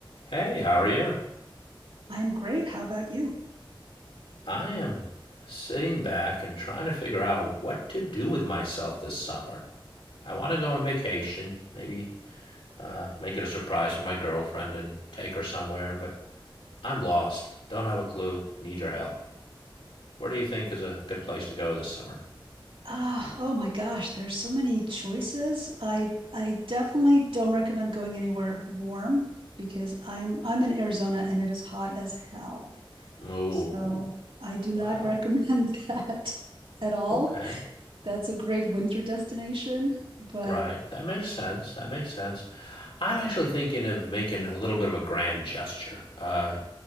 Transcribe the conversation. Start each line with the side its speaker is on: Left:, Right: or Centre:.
Left: Hey, how are you?
Right: I am great. How about you?
Left: I am sitting back and trying to figure out what to do with myself this summer. I want to go on vacation, maybe uh, make it a surprise for my girlfriend and take her somewhere, but I'm lost. Don't have a clue. Need your help. Where do you think is a good place to go this summer?
Right: Ah, oh my gosh, there's so many choices. I I definitely don't recommend going anywhere warm because I'm I'm in Arizona and it is hot as hell.
Left: Ooh,
Right: So I do not
Left: well,
Right: recommend <laughs> that at all.
Left: okay.
Right: That's a great winter destination, but
Left: Right. That makes
Right: it
Left: sense. That makes sense. I'm actually thinking of making a little bit of a grand gesture. Uh,